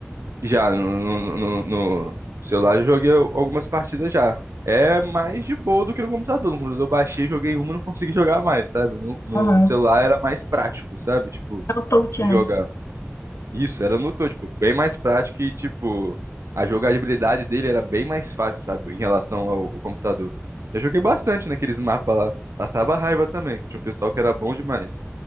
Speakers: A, on the right (about 80°); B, on the left (about 75°).
A: Já no, no- no celular eu joguei algumas partidas já. É mais de boa do que no computador. No computador eu baixei, joguei uma e não consegui jogar mais, sabe? No, no
B: Uhum.
A: celular era mais prático, sabe? Tipo,
B: É o touch,
A: jogar.
B: né?
A: Isso, era no tô, tipo, bem mais prático e, tipo, a jogabilidade dele era bem mais fácil, sabe? Em relação ao, ao computador. Eu joguei bastante naqueles mapas lá. Passava raiva também. Tinha um pessoal que era bom demais.